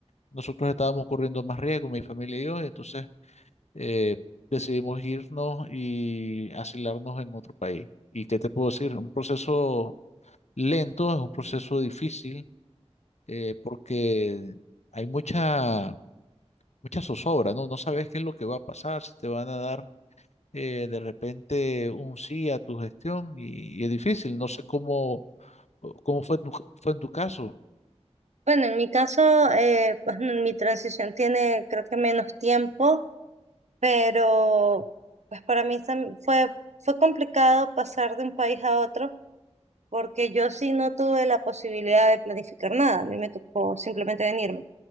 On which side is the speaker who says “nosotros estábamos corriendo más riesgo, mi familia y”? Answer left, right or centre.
Left